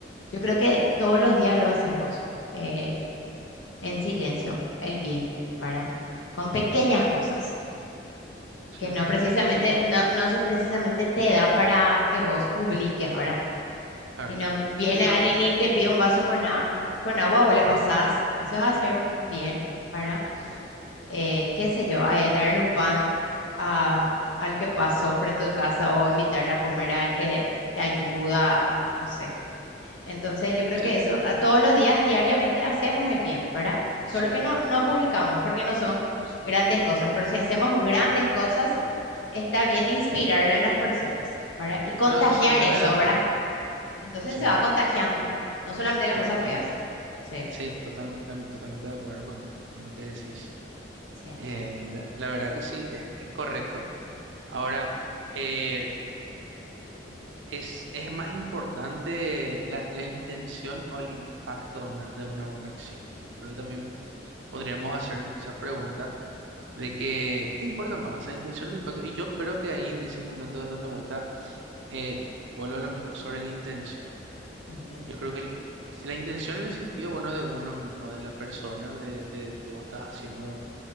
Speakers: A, on the left (about 85°); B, on the right (about 80°).
A: Yo creo que todos los días lo hacemos. eh, en silencio el bien, ¿verdad? Con pequeñas cosas
B: Sí,
A: que no precisamente,
B: sí,
A: no, no se- precisamente te da para que vos publiques, ¿verdad?
B: claro.
A: Sino viene
B: Sí, no,
A: alguien y te pide un vaso con, a- con agua, vos le pasás, eso es hacer un bien, ¿verdad? Eh, qué sé yo, eh, darle un pan a, al que pasó frente a tu casa o invitarle a comer al que te ayuda, no sé. Entonces, yo creo
B: sí,
A: que eso a- todos los días, diariamente, hacemos el bien, ¿verdad? Solo
B: sí,
A: que no, no publicamos porque no son
B: sí.
A: grandes cosas, pero si hacemos grandes
B: sí.
A: cosas, está bien inspirarle a las personas, ¿verdad? Y contagiar
B: No, totalmente
A: eso,
B: de acuerdo.
A: ¿verdad? Entonces
B: Sí,
A: se va contagiando, no solamente las
B: total,
A: cosas
B: total.
A: feas. Sí,
B: Sí, total, tam- totalmente de acuerdo con, con lo que decís.
A: sí,
B: Eh, la, la verdad que sí, es, es correcto. Ahora, eh, Es, es más importante la, la intención o el impacto de una, de una buena acción. Yo creo que también podríamos hacernos esa pregunta de que, ¿qué importa más? La intención o el impacto. Y yo creo que ahí en ese momento es donde vuelta, eh, vuelvo a lo mismo sobre la intención.
A: la intención.
B: Yo creo que el- la intención en el sentido, bueno, de uno mismo, de la persona, de, de que vos estás haciendo